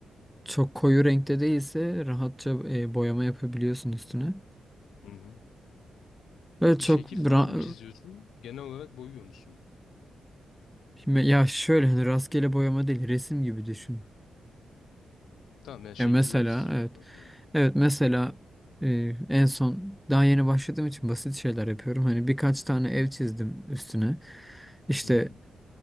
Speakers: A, in the centre; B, on the left (about 80°).
A: çok koyu renkte değilse rahatça e, boyama yapabiliyorsun üstüne.
B: Hı-hı.
A: Böyle çok
B: Bir şekil
A: bra-
B: falan mı çiziyorsun? Genel olarak boyuyor musun?
A: ya şöyle hani rastgele boyama değil resim gibi düşün.
B: Tamam yani şekiller
A: Ya mesela
B: çiziyorsun
A: evet.
B: atıyorum.
A: Evet mesela e, en son daha yeni başladığım için basit şeyler yapıyorum. Hani birkaç tane ev çizdim üstüne. İşte
B: Hı-hı.